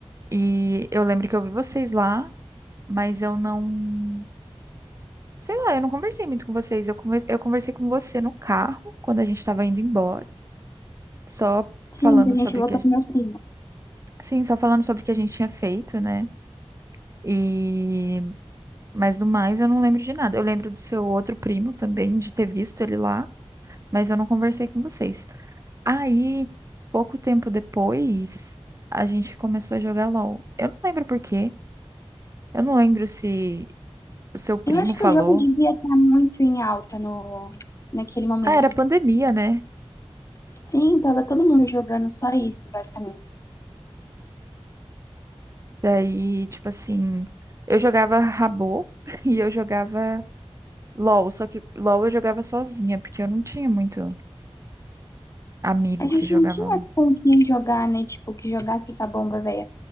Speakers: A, on the right (about 30°); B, on the left (about 30°).
A: E eu lembro que eu vi vocês lá, mas eu não. Sei lá, eu não conversei muito com vocês. Eu conver- eu conversei com você no carro, quando a gente tava indo embora, só falando
B: Sim, que a
A: sobre
B: gente
A: o
B: voltou
A: que.
B: com meu primo.
A: Sim, só falando sobre o que a gente tinha feito, né? E. Mas do mais, eu não lembro de nada. Eu lembro do seu outro primo também, de ter visto ele lá, mas eu não conversei com vocês. Aí, pouco tempo depois, a gente começou a jogar LOL. Eu não lembro por quê. Eu não lembro se o seu primo
B: Eu acho
A: falou.
B: que o jogo devia estar muito em alta no, naquele momento.
A: Ah, era pandemia, né?
B: Sim, tava todo mundo jogando só isso, basicamente.
A: Daí, tipo assim, eu jogava Rabô <laughs> e eu jogava LOL, só que LOL eu jogava sozinha, porque eu não tinha muito amigo
B: A gente
A: que jogava.
B: não tinha com quem jogar, né? Tipo, que jogasse essa bomba, velha.